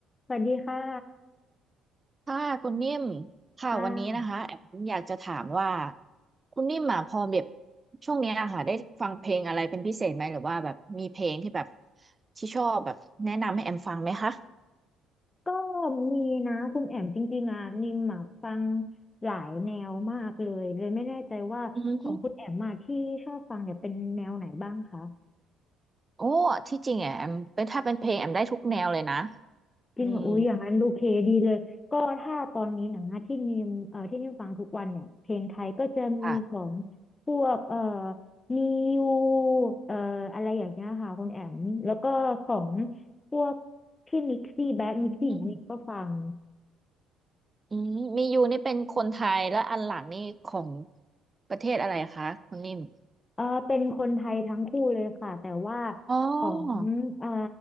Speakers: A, on the left (about 25°); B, on the right (about 25°).
A: สวัสดีค่ะ
B: ค่ะคุณนิ่มค่ะวันนี้นะคะแอมอยากจะถามว่า
A: ค่ะ
B: คุณนิ่มอ่ะพอแบบช่วงเนี้ยอะค่ะได้ฟังเพลงอะไรเป็นพิเศษไหมหรือว่าแบบมีเพลงที่แบบที่ชอบแบบแนะนำให้แอมฟังไหมคะ
A: ก็มีนะคุณแอมจริงๆอ่ะนิมอะฟังหลายแนวมากเลยเลยไม่แน่ใจว่าของคุณแอมมาที่ชอบฟังเนี่ยเป็นแนวไหนบ้างคะ
B: อืมโอ้ที่จริงอ่ะแอมเป็นถ้าเป็นเพลงแอมได้ทุกแนวเลยนะ
A: จริงเหรออุ้ยอย่างนั้นโอเคดีเลยก็ถ้าตอนนี้หนังอะที่นิมเอ่อที่นิมฟังทุกวันเนี่ยเพลงไทยก็จะมีของ
B: อืมค่ะ
A: พวกเอ่อมิวเอ่ออะไรอย่างเงี้ยค่ะคุณแอมแล้วก็ของพวกพี่มิกซี่แบ็คมิกซี่อย่างนี้ก็ฟัง
B: อืมอืมมียูนี่เป็นคนไทยแล้วอันหลังนี่ของประเทศอะไรคะคุณนิ่ม
A: เออเป็นคนไทยทั้งคู่เลยค่ะแต่ว่า
B: อ๋อ
A: ของเอ่อ